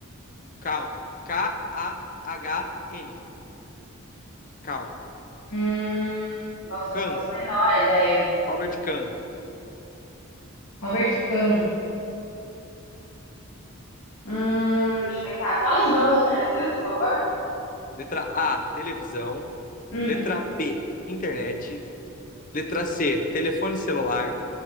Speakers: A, on the left; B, on the left.
A: Calm. K-A-H-N. Calm.
B: Hum, nossa,
A: Kahn.
B: eu não faço a menor ideia.
A: Robert Kahn.
B: Robert Kahn. Hum, deixa eu pensar. Fala de novo as alternativas, por favor.
A: Letra A. Televisão.
B: Hum,
A: Letra B. Internet. Letra C. Telefone celular.